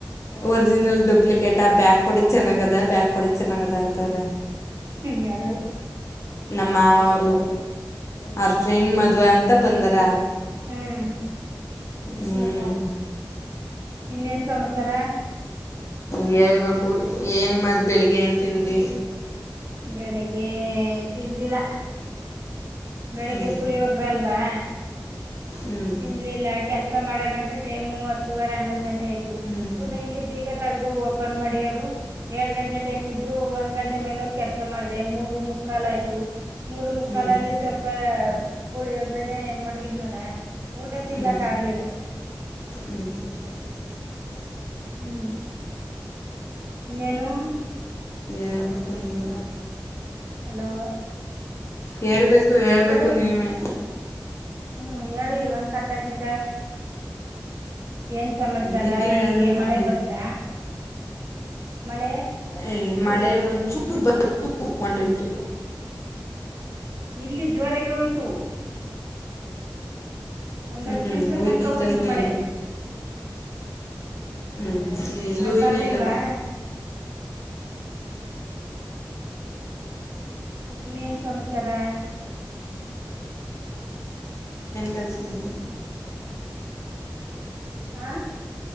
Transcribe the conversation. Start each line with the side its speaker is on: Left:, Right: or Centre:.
Right: ಹ್ಮ್
Left: ಒರಿಜಿನಲ್ ಡೂಪ್ಲಿಕೇಟ್ ಆ ಬ್ಯಾಗ್ ಕೊಡಿ ಚೆನ್ನಾಗ ಅದ ಬ್ಯಾಗ ಕೊಡಿ ಚೆನ್ನಾಗದ ಅಂತವ್ರ.
Right: ಹ್ಮಂ ಯಾರು
Left: ನಮ್ಮ ಮಾವವರು ಅವ್ರ ಫ್ರೆಂಡ್ ಮದುವೆ ಅಂತ ಬಂದಾರ.
Right: ಹ್ಮಂ
Left: ಹ್ಮ್
Right: ಇನ್ನೇನ್ ಸಮಾಚಾರ?
Left: ಹೇಳ್ಬೇಕು ಏನು ಮತ ಬೆಳಿಗ್ಗೆ ಏನ ತಿಂದ್ರಿ?
Right: ಬೆಳಿಗ್ಗೆ ಎ ತಿಂದಿಲ್ಲ. ಬೆಳಿಗ್ಗೆ
Left: ಹ್ಞೂ
Right: ಪುಳಿಯೋಗರೆ ಅಲ್ವಾ?
Left: ಹ್ಞೂ
Right: ತಿನ್ಲಿಲ್ಲ ಕೆಲ್ಸ ಮಾಡೋಗಂಟ್ರೆ ಟೈಮು ಹತ್ತುವರೆ ಹನ್ನೊಂದ್ ಗಂಟೆ ಆಯ್ತು.
Left: ಹ್ಞೂ
Right: ಪುನಃ ಇಲ್ಲಿ ಬೀಗ ತಗ್ದು ಓಪನ್ ಮಾಡ್ಯಾರು ಎರಡ್ ಗಂಟೆ ಟೈಮ್ ಇದ್ದು ಒಂದ್ ಗಂಟೆ ಮೇಲ ಕೆಲ ಕಲಸಾ ಮಾಡದೆ ಮೂರು ಮುಕ್ಕಾಲ ಆಯ್ತು ಮೂರು ಮುಕ್ಕಾಲಲ್ಲಿ
Left: ಹ್ಞೂ
Right: ಸ್ವಲ್ಪ ಪುಳಿಯೋಗ್ರನೆ ಮಡಗಿದ್ನಲ್ಲ ಊಟ ತಿನ್ಲಕ್ಕ
Left: ಹ್ಞೂ
Right: ಆಗ್ಲಿಲ್ಲ.
Left: <inaudible>
Right: ಹ್ಮಂ ಇನ್ನೇನು?
Left: ಎಳ್ಬೇಕು ನೀವೆ.
Right: ಹಲೋ
Left: ಹೇಳ್ಬೇಕು ಹೇಳ್ಬೇಕು
Right: ಕೇಳಸ್
Left: ನೀವೇ.
Right: ಹ್ಮ್ ಹೇಳಿ ಒಂದ್ ಕತೆಗಿತೆ. ಏನ್ ಸಮಾಚಾರ
Left: ನೀವೇ
Right: ಹೆಂಗೆ
Left: ಹೇಳಿ
Right: ಮಳೆ
Left: ನೋಡಿ
Right: ಬತ್ತಾ ಮಳೆ,
Left: ಈ ಮಳೆ ಒಂದ ಚೂರ್ ಬಂತು ಹೊಂಟ್ಟೈತು.
Right: ಇಲ್ಲಿ ಜೋರಾಗೆ ಹೋಯ್ತು. ಒಂದ್
Left: ಹ್ಮ್
Right: ಹತ್ತ ನಿಮಿಷ
Left: ಉಯ್ತಾನೆ
Right: ತನಕ ಹೋಯ್ತು ಮಳೆ.
Left: ಇಲ್ಲ ಹ್ಮ್ ಇಲ್ಲೂ
Right: ಅಲ್ಲ
Left: ಇನ್ನೂ
Right: ಬರ್ಲಿಲ್ವಾ?
Left: ಇಲ್ಲಪ್ಪ
Right: ಹ್ಮ್ ಇನ್ನೇನ್ ಸಮಾಚಾರ
Left: ಗಲ್ಸ್ನಲ್ಲಿ
Right: ಹಾ